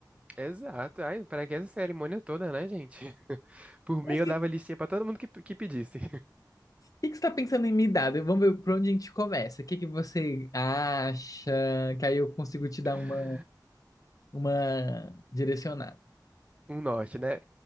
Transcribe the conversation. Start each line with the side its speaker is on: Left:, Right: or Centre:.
Right: Exato. Ai, para que essa cerimônia toda, né, gente? <laughs> Por mim,
Left: Mas
Right: eu
Left: o que,
Right: dava listinha pra todo mundo que, que pedisse.
Left: que que você tá pensando em me dar? Vamos ver por onde a gente começa. O que que você acha? Que aí eu consigo te dar
Right: <laughs>
Left: uma, uma direcionada.
Right: Um norte, né?